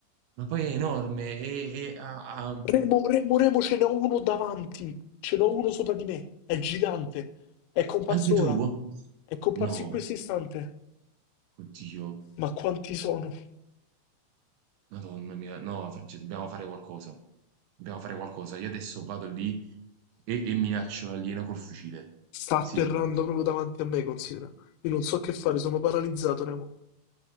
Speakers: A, on the right; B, on the left.
A: Ma poi è enorme e, e ha, ha-
B: Remo, Remo, Remo, ce n'ho uno davanti. Ce n'ho uno sopra di me. È gigante. È comparso
A: anche tu?
B: ora. È comparso
A: No,
B: in questo istante.
A: oddio,
B: Ma quanti sono?
A: Madonna mia, no, Francesco, dobbiamo fare qualcosa. Dobbiamo fare qualcosa. Io adesso vado lì e, e minaccio l'alieno col fucile.
B: Sta atterrando
A: Sì,
B: proprio davanti a me, considera. Io non so che fare, sono paralizzato, Remo.